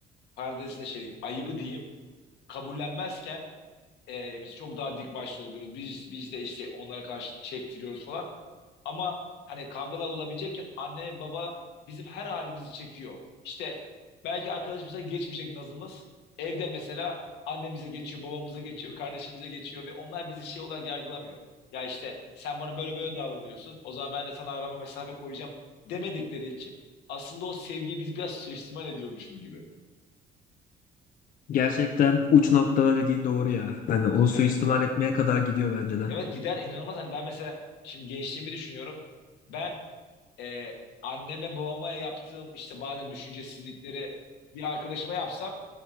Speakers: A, on the left; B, on the left.
A: parantez içinde şey diyeyim ayıbı diyeyim kabullenmezken e, mesela çok daha dik başlı oluyoruz. Biz biz de işte onlara karşı çektiriyoruz falan. Ama hani kavgalar olabilecekken anne baba bizim her halimizi çekiyor. İşte belki arkadaşımıza geçmeyecek nazımız evde mesela annemize geçiyor, babamıza geçiyor, kardeşimize geçiyor ve onlar bizi şey olarak yargılamıyor. Ya işte sen bana böyle böyle davranıyorsun. O zaman ben de sana arama mesafe koyacağım demedikleri için aslında o sevgiyi biz biraz suistimal ediyormuşuz gibi.
B: Gerçekten uç noktada dediğin doğru ya. Hani onu suistimal
A: Evet ya.
B: etmeye kadar gidiyor bence de.
A: Evet gider inanılmaz. Hani ben mesela şimdi gençliğimi düşünüyorum. Ben e, anneme babama yaptığım işte bazen düşüncesizlikleri bir arkadaşıma yapsam